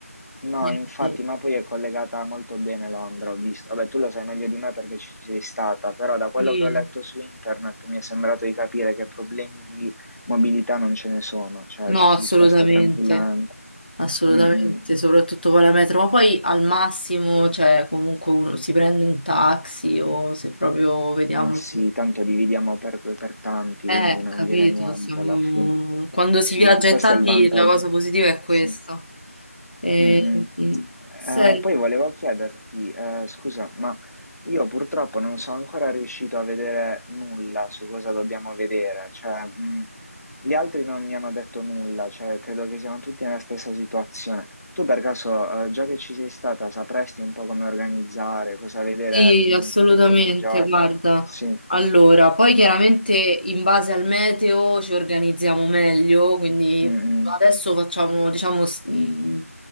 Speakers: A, on the left (about 80°); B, on the left (about 35°).
A: No,
B: Quindi
A: infatti, ma poi è collegata molto bene Londra, ho visto. Vabbè, tu lo sai meglio di me perché ci sei stata, però da quello
B: sì,
A: che ho letto su internet mi è sembrato di capire che problemi di mobilità non ce ne sono, cioè
B: no,
A: ci
B: assolutamente,
A: si sposta tranquillamente.
B: assolutamente,
A: Mm, mm.
B: soprattutto con la metro, ma poi al massimo, cioè comunque uno si prende un taxi o se proprio vediamo...
A: Ma sì, tanto dividiamo per, per tanti,
B: Eh,
A: quindi non
B: capito,
A: viene niente
B: siamo...
A: alla fine.
B: quando
A: Sì,
B: si viaggia
A: questo
B: in tanti
A: è il vantaggio.
B: la cosa positiva è questa.
A: Sì.
B: E,
A: Mm, mm.
B: mm, senti,
A: Eh, poi volevo chiederti, eh, scusa, ma io purtroppo non sono ancora riuscito a vedere nulla su cosa dobbiamo vedere. Cioè, mm, gli altri non mi hanno detto nulla, cioè, credo che siamo tutti nella stessa situazione. Tu per caso, eh, già che ci sei stata, sapresti un po' come organizzare, cosa vedere,
B: Sì,
A: mm,
B: assolutamente,
A: tipo i primi giorni?
B: guarda.
A: Sì.
B: Allora, poi chiaramente in base al meteo ci organizziamo meglio, quindi
A: Mm,
B: adesso facciamo, diciamo, s- mh,